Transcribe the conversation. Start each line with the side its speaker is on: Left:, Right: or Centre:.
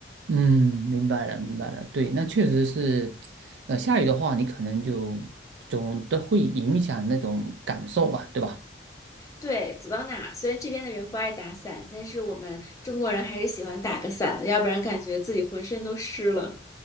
Right: 嗯，明白了，明白了。对，那确实是，呃，下雨的话，你可能就总的会影响那种感受吧，对吧？
Left: 对，走到哪儿虽然这边的人不爱打伞，但是我们中国人还是喜欢打个伞的，要不然感觉自己浑身都湿了。